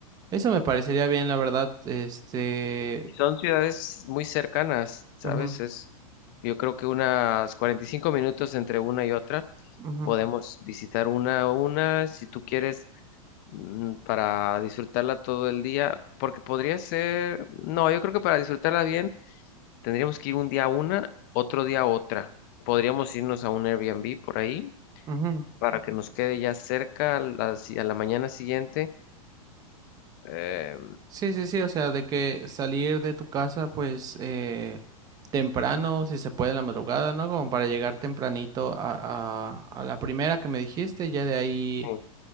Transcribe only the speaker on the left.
Y son ciudades muy cercanas, ¿sabes?
Es, yo creo que unas 45 minutos entre una y otra.
Podemos visitar una a una si tú quieres mm, para disfrutarla todo el día, porque podría ser, no, yo creo que para disfrutarla bien Tendríamos que ir un día a una, otro día a otra. Podríamos irnos a un Airbnb por ahí
para que nos quede ya cerca a la, si- a la mañana siguiente. Eh,
sí,